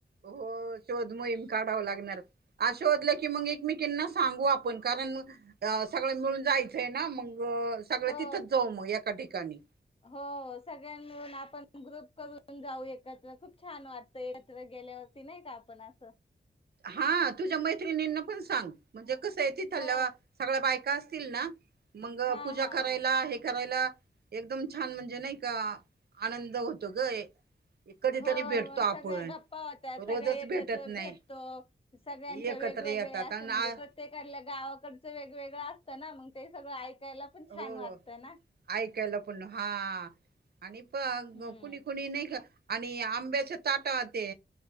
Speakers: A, on the right; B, on the left.
A: हो शोध मोहीम काढाव लागणार. अं शोधलं की की मग एकमेकींना सांगू आपण कारण अ सगळं मिळून जायचंय ना मग सगळं
B: हो
A: तिथंच जाऊ मग एका ठिकाणी.
B: हो सगळ्यां मिळून आपण ग्रुप करून जाऊ एकत्र खूप छान वाट ते एकत्र गेल्यावरती नाही का आपण असं.
A: हा तुझ्या मैत्रिणींना पण सांग. म्हणजे कसं आहे तिथल्या
B: हो
A: सगळ्या बायका असतील ना. मंग
B: हा
A: पूजा
B: हा
A: करायला
B: हा
A: हे करायला. एकदम छान म्हणजे नाही का आनंद होतो ग. कधीतरी
B: हो
A: भेटतो
B: मग
A: आपण
B: सगळ्या गप्पा होतात
A: रोजच
B: सगळे एकत्र
A: भेटत नाही
B: भेट सगळ्यांच्या
A: एकत्र
B: वेगवेगळ्या
A: येतात
B: अस
A: आणि
B: म्हणजे
A: आ-
B: प्र ते काल्या गावाकडचं वेगवेगळं असतं ना मग ते सगळं ऐकायला पण
A: हो
B: छान वाटतं ना
A: ऐकायला पण हा. आणि प
B: हम्म
A: कुणी कुणी नाही का आणि, आंब्याच्या ताट ते